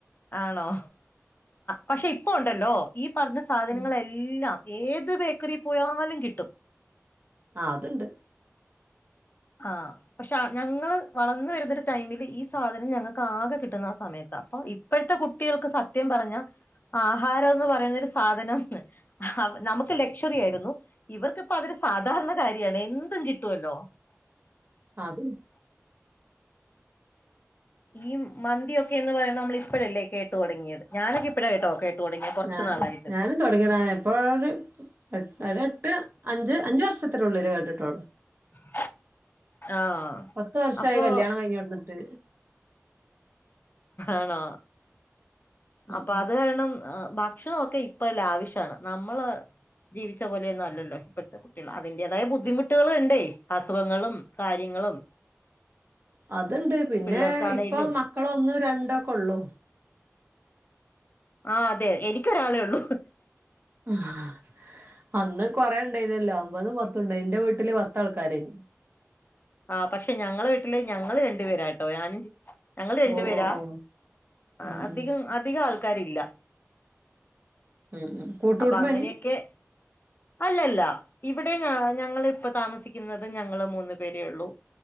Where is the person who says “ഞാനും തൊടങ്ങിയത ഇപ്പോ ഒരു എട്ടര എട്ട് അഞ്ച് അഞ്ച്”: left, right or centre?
Right